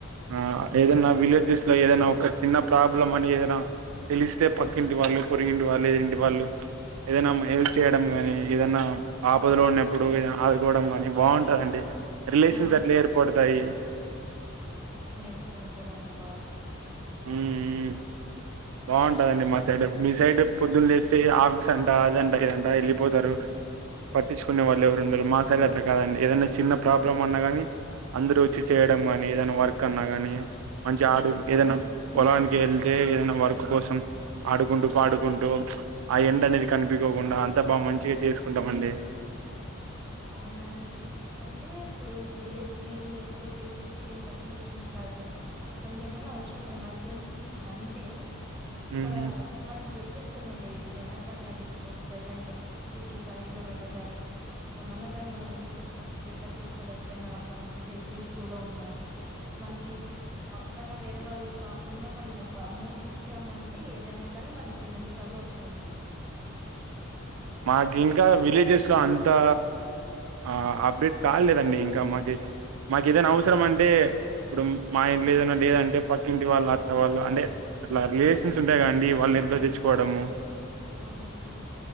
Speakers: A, on the right (about 80°); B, in the centre.
A: ఆ ఏదన్నా విలేజెస్ లో ఏదైనా ఒక చిన్న ప్రాబ్లం అని ఏదైనా తెలిస్తే పక్కింటి వాళ్ళు పొరిగింటి వాళ్ళు ఎదిరెంటి వాళ్ళు ఏదైనా హెల్ప్ చేయడం గాని ఏదనా ఆపదలో ఉన్నప్పుడు ఏదైనా ఆదుకోవడం ని బావుంటందండి. రిలేషన్స్
B: అవును
A: అట్లే ఏడ్పడుతాయి.
B: అక్కడే ఉండదండి బాగా
A: హ్మ్ హ్మ్ బావుంటదండి మా సైడ్ మీ సైడ్ పొద్దున్న లేసి ఆఫీస్ అంట అదంట ఇదంట ఎల్లిపోతారు పట్టిచుకునే వాళ్ళు ఎవరు ఉండరు మా సైడ్ అట్లా కాదండి ఏదన్న చిన్న ప్రాబ్లం అన్న గానీ అందరు వచ్చి చేయడం గాని ఏదైనా వర్క్ అన్నా గానీ మంచి ఆడు ఏదైనా పొలానికి ఎల్తే ఏదైనా వర్క్ కుడ్ <unintelligible> కోసం ఆడుకుంటూ పాడుకుంటూ ప్చ్ ఆ ఎండ అనేది కనిపికోకుండా అంతా బామంచి చేసుకుంటాం అండి.
B: అవునండి అంటే ఇప్పుడూ విలేజ్ నీ ఎక్కువ చేసి సిటీని తక్కువ చేసినటు కాదుకానీ మనకి ఏమన్న అవసరం ఎమర్జెన్సీ అంటే ఇక్కడా
A: ఉహు.
B: మన దొరిక్ కిస్సుందండి ఏదైనా కానీ అది ఇప్పుడు ప్రజెంట్ స్విగ్గి కానీ జొమాటో గానీ ఏమన్నా కానీ మనము ఇంట్లో ఫుడ్ ప్రిపేర్ చేసుకోలేకపోయినా మనం హెల్త్ ఇష్యూ లో ఉన్నా మనకి పక్కన వేరే వాళ్ళు కాకుండా మనం ఒక అమౌంట్ ఇచ్చామంటే ఏదైనా కానీ మనకి నిమిషాల్లో వస్తుందండి.
A: మాకు ఇంకా విలేజెస్ లో అంతా ఆ అప్డేట్ కాలేదండి ఇంకా మాకి మాకేదైనా అవసరం అంటే ప్చ్ ఇప్పుడు మా ఇంట్లో ఏదైనా లేదంటే పక్కింటి వాళ్ళు అత్త వాళ్ళు అంటే అట్లా రిలేషన్స్ ఉంటాయికదండి వాళ్ళ ఇట్లో తెచ్చుకోవడము
B: అవునండి